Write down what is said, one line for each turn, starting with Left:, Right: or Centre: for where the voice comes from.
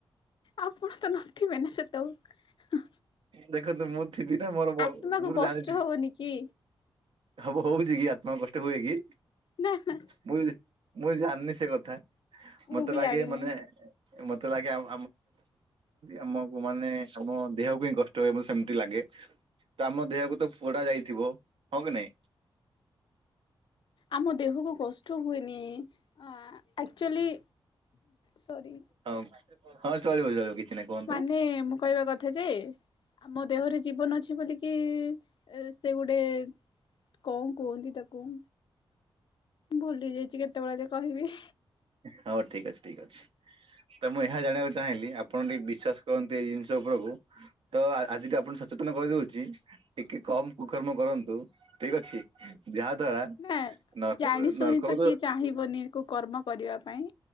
Left: ଆପଣ ତ ନଥିବେନା ସେତକୁ
Right: ଦେଖନ୍ତୁ ମୁଁ ଥିବି ନା ମୋର
Left: ଆତ୍ମାକୁ
Right: ମୁଁ ତ
Left: କଷ୍ଟ
Right: ଜାଣିଥିଲ
Left: ହବନି କି?
Right: ହବ ହଉଛି କି ଆତ୍ମ କଷ୍ଟ ହୁଏ କି
Left: ନା ନା
Right: ମୁଁ ମୁଁ ଜାଣିନି ସେ କଥା।
Left: ମୁଁ
Right: ମତେ
Left: ବି
Right: ଲାଗେ
Left: ଜାଣିନି।
Right: ମାନେ ମତେ ଲାଗେ ଆମେ ଆମକୁ ମାନେ ଆମ ଦେହକୁ ହି କଷ୍ଟ ହୁଏ ସେମିତି ଲାଗେ ତ ଆମ ଦେହକୁ ତ ପୋଡା ଯାଇଥିବ ହଁ କି ନାଇଁ?
Left: ଆମ ଦେହକୁ କଷ୍ଟ ହୁଏନି ଅ ଆକ୍ଚୁଆଲି ସରି
Right: ହଁ ହଁ ଚଳିବ ଚଳିବ କିଛି ନାହିଁ କୁହନ୍ତୁ
Left: ମାନେ ମୁଁ କହିବା କଥା ଯେ ଆମ ଦେହରେ ଜୀବନ ଅଛି ବୋଲିକି ସେ ଗୋଟେ କଣ କୁହନ୍ତି ତାକୁ ଭୁଲି ଯାଇଛି କେତେବେଳେ ଯେ କହିବି।
Right: ହଉ ଠିକ ଅଛି ଠିକ ଅଛି। ତ ମୁଁ ଏହା ଜାଣିବାକୁ ଚାହିଁଲି ଆପଣ ଟିକେ ବିଶ୍ଵାସ କରନ୍ତି ଏଇ ଜିନିଷ ଉପରକୁ ତ ଆଜିିକ ଆପଣ ସଚେତନ କରିଦଉଛି ଟିକେ କମ କୁକର୍ମ କରନ୍ତୁ ଠିକ ଅଛି। ଯାହା ଦ୍ଵାରା
Left: ନା
Right: ନର୍କ
Left: ଜାଣି ଶୁଣି
Right: ନର୍କକୁ
Left: ତ କିଏ ଚାହିଁବନି କୋ କର୍ମ କରିବା ପାଇଁ